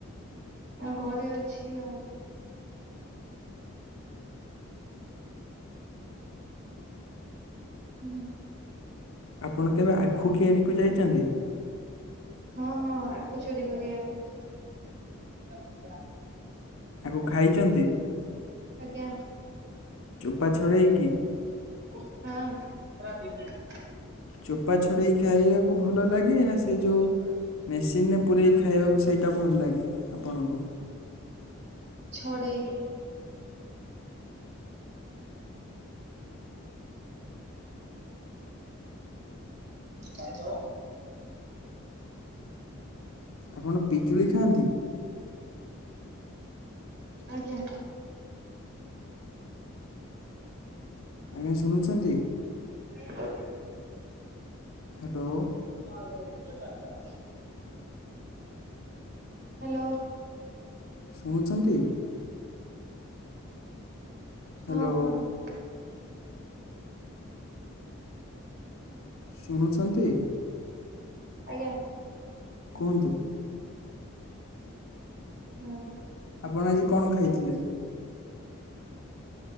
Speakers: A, on the right (about 50°); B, on the left (about 80°).
A: ଆ ଘରେ ଅଛି ଆଉ ହୁଁ।
B: ଆପଣ କେବେ ଆଖୁକିଆରିୀକୁ ଯାଇଛନ୍ତି?
A: ହଁ ହଁ ଆଖ ଚୋରି କରିବାକୁ। <unintelligible>
B: ଆକୁ ଖାଇଛନ୍ତି
A: ଆଜ୍ଞା
B: ଚୋପା ଛଡେଇକି?
A: ହଁ।
B: ଚୋପା ଛଡ଼େଇ ଖାଇବାକୁ ଭଲ ଲାଗେ ନା ସେ ଯୋଉ? ମେସିନରେ ପୁରେଇ ଖାଇବାକୁ ସେଇଟା ଭଲ ଲାଗେ ଆପଣଙ୍କୁ?
A: ଛଡ଼େଇଲେ କଣ ଦେବ?
B: ଆପଣ ପିଜୁଳି ଖାଆନ୍ତି?
A: ଆଜ୍ଞା।
B: ଆଜ୍ଞା ଶୁଣୁଛନ୍ତି?
A: ଆଜ୍ଞା ହଁ।
B: ହାଲୋ।
A: ମୁଁ ଆଇଲା ବେଳକୁ ଚାରଟା। ହାଲୋ।
B: ଶୁଣୁଛନ୍ତି? ହ୍ୟାଲୋ
A: ହଁ କୁହନ୍ତୁ।
B: ଶୁଣୁଛନ୍ତି?
A: ଆଜ୍ଞା।
B: କୁହନ୍ତୁ।
A: ହଁ।
B: ଆପଣ ଆଜି କଣ ଖାଇଥିଲେ?
A: <unintelligible>